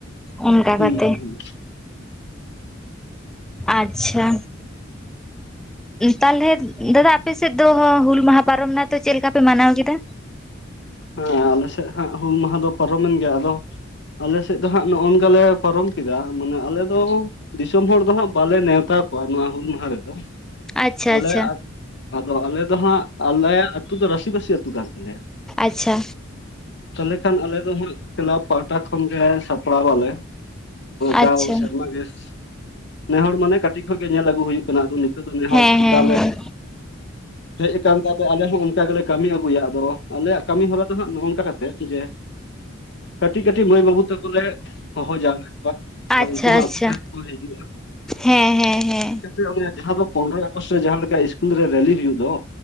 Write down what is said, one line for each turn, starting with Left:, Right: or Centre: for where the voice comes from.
Centre: ᱚᱱᱠᱟ
Left: ᱦᱩᱸ
Centre: ᱠᱟᱛᱮ
Left: ᱦᱩᱸ
Centre: ᱟᱪᱪᱷᱟ᱾ ᱛᱟᱞᱦᱮ ᱫᱟᱫᱟ ᱟᱯᱮᱥᱮᱫ ᱫᱚ ᱦᱩᱞ ᱢᱟᱦᱟ ᱯᱟᱨᱚᱢᱱᱟ ᱛᱚ ᱪᱮᱫ ᱞᱮᱠᱟ ᱯᱮ ᱢᱟᱱᱟᱣ ᱠᱮᱫᱟ?
Left: ᱦᱮᱸ ᱟᱞᱮ ᱥᱮᱫ ᱦᱟᱸᱜ ᱦᱩᱞ ᱢᱟᱦᱟ ᱫᱚ ᱯᱟᱨᱚᱢᱮᱱ ᱜᱮᱭᱟ, ᱟᱫᱚ ᱟᱞᱮ ᱥᱮᱫ ᱫᱚ ᱦᱟᱸᱜ ᱱᱚᱜᱼᱚ ᱱᱚᱝᱠᱟ ᱞᱮ ᱯᱟᱨᱚᱢ ᱠᱮᱫᱟ, ᱢᱟᱱᱮ ᱟᱞᱮ ᱫᱚ ᱫᱤᱥᱚᱢ ᱦᱚᱲ ᱫᱚ ᱦᱟᱸᱜ ᱵᱟᱞᱮ ᱱᱮᱣᱛᱟ ᱠᱚᱣᱟ ᱱᱚᱣᱟ ᱦᱩᱞ ᱢᱟᱦᱟ ᱨᱮᱫᱚ᱾
Centre: ᱟᱪᱪᱷᱟ
Left: ᱟᱞᱮ
Centre: ᱟᱪᱪᱷᱟ
Left: ᱟᱫᱚ ᱟᱞᱮ ᱫᱚ ᱦᱟᱸᱜ ᱟᱞᱮᱭᱟᱜ ᱟᱹᱛᱩ ᱫᱚ ᱨᱟᱟᱹᱥᱤᱵᱟᱹᱥᱤ ᱟᱹᱛᱩ ᱠᱟᱱ ᱛᱟᱞᱮᱭᱟ᱾
Centre: ᱟᱪᱪᱷᱟ᱾
Left: ᱛᱟᱦᱚᱞᱮ ᱠᱷᱟᱱ ᱟᱞᱮ ᱫᱚ ᱦᱟᱸᱜ ᱠᱞᱟᱵᱽ ᱯᱟᱦᱴᱟ ᱠᱷᱚᱱ ᱜᱮ ᱥᱟᱯᱲᱣᱟᱞᱮ᱾ ᱡᱟᱣ
Centre: ᱟᱪᱪᱷᱟ
Left: ᱥᱮᱨᱢᱟ ᱜᱮ ᱱᱮ ᱦᱚᱲ ᱢᱟᱱᱮ ᱠᱟᱹᱴᱤᱡ ᱠᱷᱚᱡ ᱜᱮ ᱧᱮᱞ ᱟᱹᱜᱩ ᱦᱩᱭᱩᱜ ᱠᱟᱱᱟ ᱟᱫᱚ ᱱᱤᱛᱚᱜ ᱫᱚ ᱱᱮ ᱦᱚᱲ
Centre: ᱦᱮᱸ
Left: ᱪᱮᱛᱟ
Centre: ᱦᱮᱸ
Left: ᱨᱮ
Centre: ᱦᱮᱸ
Left: ᱦᱮᱡ ᱟᱠᱟᱱ ᱛᱮ ᱟᱫᱚ ᱟᱞᱮ ᱦᱚᱸ ᱚᱱᱠᱟ ᱜᱮᱞᱮ ᱠᱟᱹᱢᱤ ᱟᱹᱜᱩᱭᱟ, ᱟᱫᱚ ᱟᱞᱮᱭᱟᱜ ᱠᱟᱹᱢᱤ ᱦᱚᱨᱟ ᱫᱚ ᱦᱟᱸᱜ ᱱᱚᱜᱼᱚ ᱱᱚᱝᱠᱟ ᱠᱟᱛᱮᱫ ᱡᱮ ᱠᱟᱹᱴᱤᱡ ᱠᱟᱹᱴᱤᱡ ᱢᱟᱹᱭ ᱵᱟᱹᱵᱩ ᱛᱟᱠᱚᱞᱮ ᱦᱚᱦᱚ ᱡᱟᱣᱨ ᱠᱚᱣᱟ᱾ ᱟᱨ
Centre: ᱟᱪᱪᱷᱟ
Left: ᱩᱱᱠᱩ ᱦᱚᱸ
Centre: ᱟᱪᱪᱷᱟ
Left: ᱟᱠᱚ ᱛᱮ ᱦᱚ ᱠᱚ ᱦᱤᱡᱩᱜᱼᱟ᱾
Centre: ᱦᱮᱸ ᱦᱮᱸ ᱦᱮᱸ᱾
Left: <unintelligible> ᱡᱟᱦᱟᱸ ᱫᱚ ᱯᱚᱱᱨᱚᱭ ᱟᱜᱚᱥᱴ ᱨᱮ ᱡᱟᱦᱟᱸ ᱞᱮᱠᱟ ᱤᱥᱠᱩᱞ ᱨᱮ ᱨᱮᱞᱤ ᱦᱩᱭᱩᱜ ᱫᱚ,